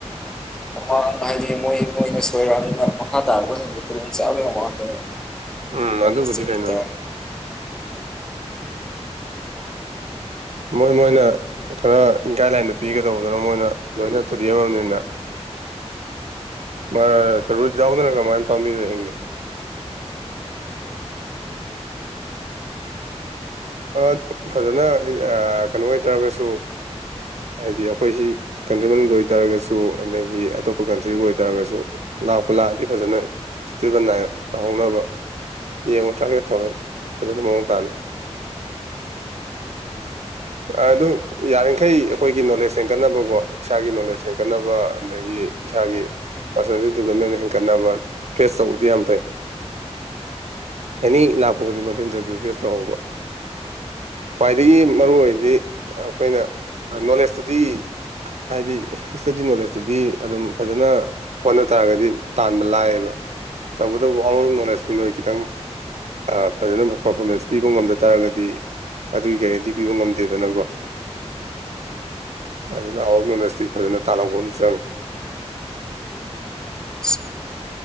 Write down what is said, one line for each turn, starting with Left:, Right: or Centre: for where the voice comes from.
Centre: ꯃꯃꯥꯡ ꯍꯥꯏꯗꯤ ꯃꯣꯏ ꯃꯣꯏꯅ ꯁꯣꯏꯔꯛꯑꯝꯅꯤꯅ ꯃꯈꯥ ꯇꯥꯔꯛꯄꯁꯤꯡꯗꯤ ꯈꯨꯗꯣꯡ ꯆꯥꯕ ꯌꯥꯝ ꯋꯥꯠꯂꯦꯕ
Right: ꯎꯝ
Centre: ꯃꯣꯏꯅ
Right: ꯑꯗꯨꯕꯨꯗꯤ
Centre: ꯆꯤꯡꯅ
Right: ꯀꯩꯅꯣꯅꯤ
Centre: ꯇꯥꯔꯛ
Right: ꯃꯣꯏ ꯃꯣꯏꯅ ꯈꯔ ꯒꯥꯏꯗꯂꯥꯏꯟꯗꯨ ꯄꯤꯒꯗꯧꯕꯗꯨꯅ ꯃꯣꯏꯅ ꯂꯣꯏꯅ ꯊꯨꯗꯦꯛꯑꯝꯃꯝꯅꯤꯅ ꯃꯥ ꯔꯨꯠ ꯌꯥꯎꯗꯅ ꯀꯃꯥꯏꯟ ꯄꯥꯝꯕꯤꯅꯣ ꯍꯤꯡꯉꯤ ꯑ ꯐꯖꯅ ꯑ ꯀꯩꯅꯣ ꯑꯣꯏꯇꯥꯔꯒꯁꯨ ꯍꯥꯏꯗꯤ ꯑꯩꯈꯣꯏꯁꯤ ꯀꯟꯇ꯭ꯔꯤ ꯃꯅꯨꯡꯗ ꯑꯣꯏꯇꯥꯔꯒꯁꯨ ꯑꯗꯒꯤ ꯑꯇꯣꯞꯄ ꯀꯟꯇ꯭ꯔꯤꯕꯨ ꯑꯣꯏꯇꯥꯔꯒꯁꯨ ꯂꯥꯛꯄꯨ ꯂꯥꯛꯑꯗꯤ ꯐꯖꯅ ꯏꯁꯇꯦꯕꯦꯜ ꯅꯥꯏꯅ ꯇꯧꯍꯧꯅꯕ ꯌꯦꯡꯉꯨ ꯇ꯭ꯔꯥꯒꯦꯠ ꯇꯧꯋꯦ ꯐꯖꯅ ꯃꯑꯣꯡ ꯇꯥꯅ ꯑꯗꯨ ꯌꯥꯔꯤꯈꯩ ꯑꯩꯈꯣꯏꯒꯤ ꯅꯣꯂꯦꯖ ꯍꯦꯟꯒꯠꯅꯕꯀꯣ ꯏꯁꯥꯒꯤ ꯅꯣꯂꯦꯖ ꯍꯦꯟꯒꯠꯅꯕ ꯑꯗꯒꯤ ꯏꯁꯥꯒꯤ ꯄꯥꯔꯁꯣꯅꯦꯜ ꯗꯤꯕꯂꯞꯃꯦꯟ ꯍꯦꯟꯒꯠꯅꯕ ꯐꯦꯁ ꯇꯧꯕꯗꯤ ꯌꯥꯝ ꯐꯩ ꯑꯦꯅꯤ ꯂꯥꯛꯄ ꯈꯨꯗꯤꯡꯃꯛꯇ ꯏꯟꯇꯔꯚꯤꯌꯨ ꯐꯦꯁ ꯇꯧꯍꯧꯕ ꯈ꯭ꯋꯥꯏꯗꯒꯤ ꯃꯔꯨꯑꯣꯏꯔꯤꯗꯤ ꯑꯩꯈꯣꯏꯅ ꯅꯣꯂꯦꯖꯇꯨꯗꯤ ꯍꯥꯏꯗꯤ ꯏꯁꯇꯗꯤ ꯅꯣꯂꯦꯖꯇꯨꯗꯤ ꯑꯗꯨꯝ ꯐꯖꯅ ꯍꯣꯠꯅ ꯇꯥꯔꯒꯗꯤ ꯇꯥꯟꯕ ꯂꯥꯏꯌꯦꯕ ꯇꯧꯕꯇꯕꯨ ꯑꯥꯎꯠ ꯑꯣꯐ ꯅꯣꯂꯦꯖꯇꯤ ꯅꯣꯏ ꯈꯤꯇꯪ ꯑ ꯐꯖꯅ ꯄꯔꯐꯣꯔꯃꯦꯟꯁ ꯄꯤꯕ ꯉꯝꯗ ꯇꯥꯔꯒꯗꯤ ꯑꯗꯨꯒꯤ ꯒꯦꯔꯦꯟꯇꯤ ꯄꯤꯕ ꯉꯝꯗꯦꯗꯅꯀꯣ ꯑꯗꯨꯅ ꯑꯥꯎꯠ ꯑꯣꯐ ꯅꯣꯂꯦꯖꯇꯤ ꯐꯖꯅ ꯇꯥꯜꯍꯧꯕ ꯑꯃ ꯆꯪꯉꯤ
Centre: <unintelligible>